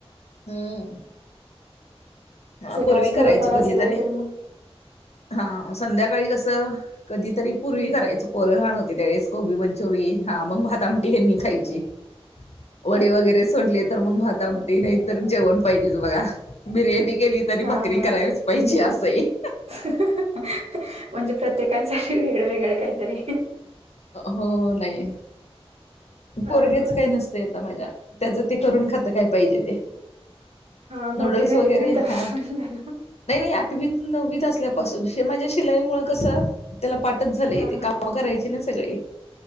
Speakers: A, on the left; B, on the right.
A: हंम्म हा
B: सकाळच
A: पूर्वी
B: थोडंफार
A: करायचो कधीतरी
B: असलं तर मग
A: हा संध्याकाळी कसं कधीतरी पुरवी करायचो पोरं लहान होती त्यावेळेस कोबी मंचुरी हा मग भात आमटी ह्यांनी खायची.
B: <inaudible>
A: वडी वगैरे सोडली तर मग भात आमटी नाहीतर जेवण पाहिजेच बघा. बिर्याणी केली तरी
B: हा हा
A: भाकरी
B: हा
A: करावीच पाहिजे असं ये.
B: <inaudible> म्हणजे प्रत्येकांच्या घरी वेगळ वेगळें ये काहीतरी.
A: हो नाही
B: हा
A: पोरगीचं
B: हा
A: काही नसंत. <inaudible> माझ्या त्याच ते करून खात काय पाहिजे ते.
B: हा
A: नूडल्स
B: मोठे झाले
A: वगैरे
B: ना आता <inaudible>
A: हा. नाही नाही आठवीत नववीत असल्यापासून हे माझ्या शिलाईमुळे कसं त्याला पाठचं झालंय
B: हा
A: ते
B: हा
A: कापुन मग करायची ना सगळी.